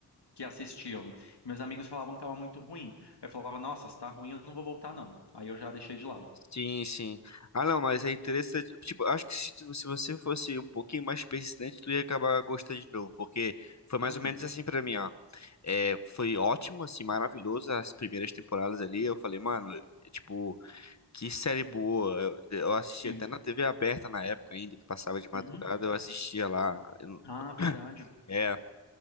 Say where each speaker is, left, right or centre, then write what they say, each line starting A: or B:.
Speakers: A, on the left; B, on the left.
A: que assistiam. E meus amigos falavam que tava muito ruim. Eu falava, nossa, se tá ruim, eu não vou voltar não. Aí eu já deixei de lado.
B: sim, sim. Ah, não, mas é interessante. Tipo, acho que se, tu- se você fosse um pouquinho mais persistente, tu ia acabar gostando de novo, porque foi mais
A: Hum,
B: ou menos assim pra mim, ó. É, foi ótimo, assim, maravilhoso as primeiras temporadas ali. Eu falei, mano, tipo. Que série boa. Eu, eu assisti
A: sim.
B: até na TV aberta na época ainda, que passava de madrugada,
A: Uhum.
B: eu assistia lá. Eu-
A: Ah, verdade.
B: É.